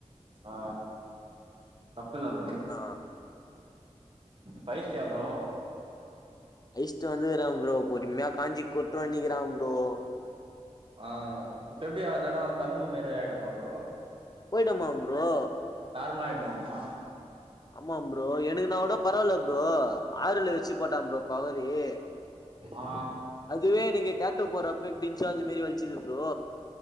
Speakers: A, on the right; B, on the left.
A: ஆ தப்பில்லா ப்ரோ
B: ஆ
A: பைஸ்ட்டியா ப்ரோ
B: ஐஸ்ட் வந்துக்குறா ப்ரோ பொறும்யா காஞ்சி கொட்டுவன்னிக்கிறான் ப்ரோ
A: ஆ இப்ப எப்டி அந்த எடோ தழும்பு மாறி ஆய்டுமா ப்ரோ
B: போய்டுமா ப்ரோ
A: தார்மலா ஆய்டுமாமா
B: ஆமாம் ப்ரோ எனக்கு நா கூட பரவால்ல ப்ரோ ஆறுல வெச்சி போட்டான் ப்ரோ பவரே
A: ஆ
B: அதுவே எனக்கு டேட்டோ போடறப்ப எப்டின்னுச்சோ அது மாரி வலிச்சுது ப்ரோ